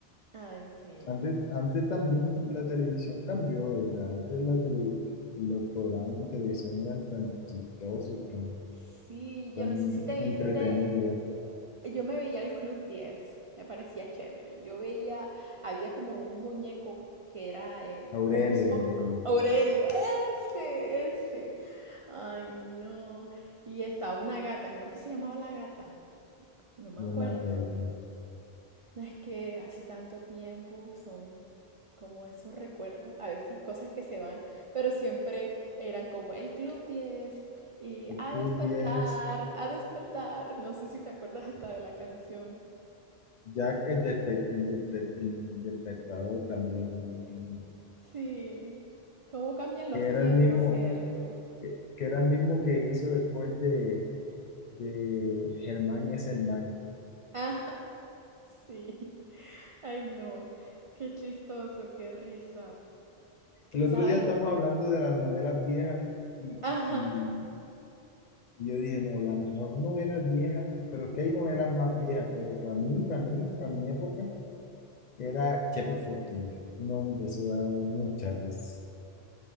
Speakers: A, on the right (about 55°); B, on the left (about 55°).
A: Ay, sí.
B: Antes, antes también la televisión cambió, ¿verdad? Antes la tele- los programas de televisión eran tan chistosos, tan,
A: Sí,
B: tan
A: yo no sé si te viste,
B: entretenidos.
A: yo me veía el Club diez me parecía chévere. Yo veía, había como un muñeco que era eh,
B: Aurelio,
A: como un zorro.
B: Aurelio,
A: Aurelio, ese, ese. Ay, no. Y estaba una gata, ¿cómo era que se llamaba la gata? No me
B: no
A: acuerdo.
B: me acuerdo.
A: No es que hace tanto tiempo son como esos recuerdos, a veces cosas que se van, pero siempre eran como el Club diez y
B: El
A: a
B: Club
A: despertar,
B: diez,
A: a despertar. No sé si te acuerdas hasta de la canción.
B: Jack el, despe- el, despe- el despertador también, en- en-
A: Sí, cómo cambian
B: que
A: los
B: era
A: tiempos,
B: el mismo,
A: ¿cierto? <laughs>
B: que, que era el mismo que hizo después de de Germán y Germán.
A: Ah, sí. Ay, no. Qué chistoso, qué risa.
B: El otro
A: ¿Sabes?
B: día estamos hablando de las novelas viejas y,
A: Ajá.
B: y- y yo dije, no, la mejor novela vieja, pero es que hay novelas más viejas, pero para mí, para mí, para mi época, era Chepe Fortuna. No, hombre, eso daba mucha risa.